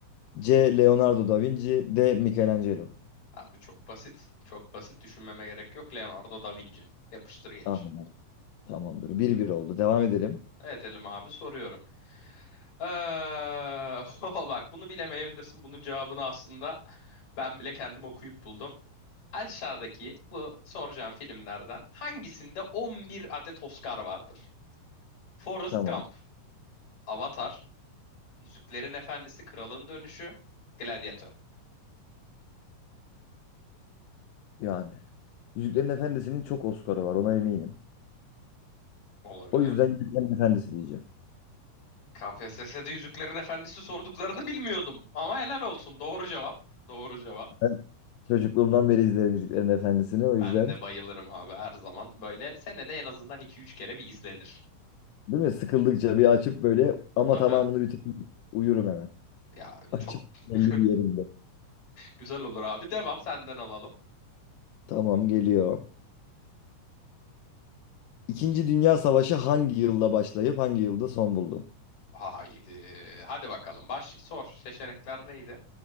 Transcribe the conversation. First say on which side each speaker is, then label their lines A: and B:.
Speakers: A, on the left; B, on the left.
A: C. Leonardo da Vinci D. Michelangelo
B: Abi çok basit. Çok basit düşünmeme gerek yok. Leonardo da Vinci. Yapıştır geç.
A: Ah, tamamdır. bir bir oldu. Devam edelim.
B: Edelim abi soruyorum. Ee, <laughs> bak bunu bilemeyebilirsin. Bunun cevabını aslında ben bile kendim okuyup buldum. Aşağıdaki bu soracağım filmlerden hangisinde 11 adet Oscar vardır? Forrest
A: Tamam.
B: Gump, Avatar, Yüzüklerin Efendisi, Kralın Dönüşü, Gladiator
A: Yani. Yüzüklerin Efendisi'nin çok Oscar'ı var ona eminim.
B: olabilir.
A: O yüzden Yüzüklerin Efendisi diyeceğim.
B: KPSS'de Yüzüklerin Efendisi sorduklarını bilmiyordum. Ama helal olsun. Doğru cevap. Doğru cevap.
A: Ben çocukluğumdan beri izlerim Yüzüklerin Efendisi'ni o
B: Ben
A: yüzden.
B: de bayılırım abi her zaman. Böyle senede en azından iki üç kere bir izlenir.
A: Değil mi? Sıkıldıkça bir açıp böyle ama
B: Tabii.
A: tamamını bitirip uyurum hemen.
B: Ya
A: Açıp
B: çok
A: belli
B: <laughs>
A: bir yerimde.
B: güzel olur abi. Devam senden alalım.
A: Tamam geliyor. İkinci Dünya Savaşı hangi yılda başlayıp hangi yılda son buldu?
B: Haydi. Hadi bakalım. Başla. Sor. Seçenekler neydi?